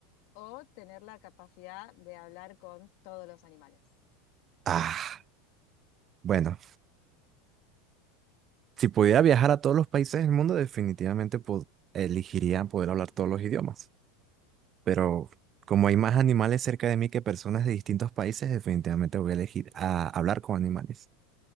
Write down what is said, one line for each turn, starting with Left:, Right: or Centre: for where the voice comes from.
Left: o tener la capacidad de hablar con todos los animales?
Right: Ah, bueno, si pudiera viajar a todos los países del mundo, definitivamente po- elegiría poder hablar todos los idiomas. Pero como hay más animales cerca de mí que personas de distintos países, definitivamente voy a elegir a hablar con animales,